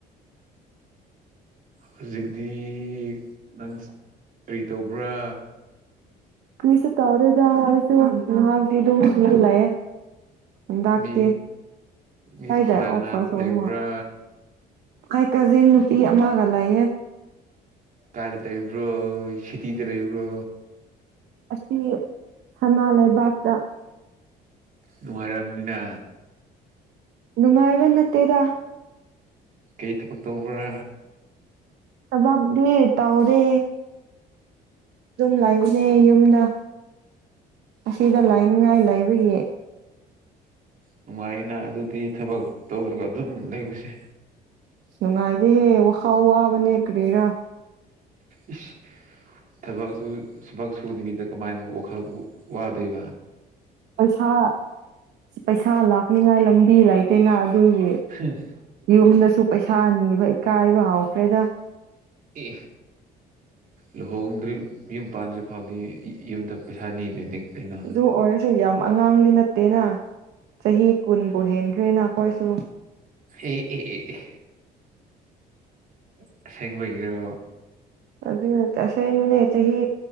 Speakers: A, on the right (about 50°); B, on the right (about 75°).
A: ꯍꯧꯖꯤꯛꯇꯤ ꯅꯪ ꯀꯔꯤ ꯇꯧꯕ꯭ꯔꯥ
B: ꯀ꯭ꯔꯤꯁ ꯇꯧꯔꯦꯗꯁꯨ ꯃꯗꯤꯗꯨ ꯎ ꯂꯌꯦ ꯍꯗꯥꯛꯇ
A: ꯃꯤ ꯃꯤ
B: ꯇꯥꯏꯗ
A: ꯀꯅꯥ
B: ꯑꯣꯁꯁꯨꯣ
A: ꯀꯅꯥ ꯂꯩꯕ꯭ꯔꯥ
B: ꯑꯃ ꯀ ꯀꯖꯤꯟ ꯅꯨꯄꯤꯃꯒꯂꯏꯌꯦ
A: ꯀꯥꯗ ꯂꯩꯕ꯭ꯔꯣ ꯁꯤꯇꯤꯗ ꯂꯩꯕ꯭ꯔꯣ
B: ꯑꯁꯤ ꯁꯅꯥ ꯂꯩꯕꯥꯛꯇ
A: ꯅꯨꯡꯉꯥꯏꯔꯕꯅꯤꯅ
B: ꯅꯨꯡꯉꯥꯏꯕ ꯅꯠꯇꯦꯗ
A: ꯀꯩ ꯊꯕꯛ ꯇꯧꯕ꯭ꯔꯥ
B: ꯆꯕꯗꯤ ꯇꯥꯎꯗꯦ ꯑꯗꯨꯝ ꯂꯩꯕꯅꯦ ꯌꯨꯝꯗ ꯑꯁꯤꯗ ꯂꯥꯏꯅꯤꯡꯉꯥꯏ ꯂꯩꯥꯏꯕꯒꯤ
A: ꯅꯨꯡꯉꯥꯏꯅ ꯑꯗꯨꯗꯤ ꯊꯕꯛ ꯇꯧꯗ꯭ꯔꯒ ꯑꯗꯨꯝ ꯂꯩꯕꯁꯦ
B: ꯅꯨꯡꯉꯥꯏꯗꯦꯍꯦ ꯋꯥꯈꯥꯎ ꯋꯥꯕꯅꯦ ꯀꯔꯤꯦꯔꯥ
A: ꯏꯁ ꯊꯕꯛꯇꯨ ꯊꯕꯛ ꯁꯨꯗꯕꯤꯗ ꯀꯃꯥꯏꯅ ꯋꯥꯈꯜ ꯋꯥꯗꯣꯏꯕ
B: ꯄꯩꯁꯥ ꯄꯩꯁꯥ ꯂꯥꯛꯅꯤꯉꯥꯏ ꯂꯝꯕꯤ ꯂꯩꯇꯦꯅ ꯑꯗꯨꯒꯤ
A: ꯑꯦ
B: ꯌꯨꯝꯗꯁꯨ ꯄꯩꯁꯥ ꯅꯤꯕ ꯏꯀꯥꯏꯕ ꯍꯧꯥꯎꯈ꯭ꯔꯦꯗ
A: ꯑꯦ ꯂꯨꯍꯣꯡꯗ꯭ꯔꯤ ꯌꯨꯝ ꯄꯥꯟꯗ꯭ꯔꯤ ꯐꯥꯎꯗꯤ ꯌꯨꯝꯗ ꯄꯩꯁꯥ ꯅꯤꯗꯣꯏꯅꯤ ꯀꯩꯅꯣ
B: ꯑꯗꯨ ꯑꯣꯏꯔꯁ ꯌꯥꯝ ꯑꯉꯥꯡꯗꯤ ꯅꯠꯇꯦꯅ ꯆꯍꯤ ꯀꯨꯟꯕꯨ ꯍꯦꯟꯈ꯭ꯔꯦꯅ ꯑꯩꯈꯣꯏꯁꯨ
A: ꯑꯦ ꯑꯦ ꯑꯦ ꯑꯦ ꯁꯦꯡꯕꯒꯤꯔꯣ
B: ꯑꯗꯨꯁꯦꯡ ꯃꯅꯦ ꯆꯍꯤ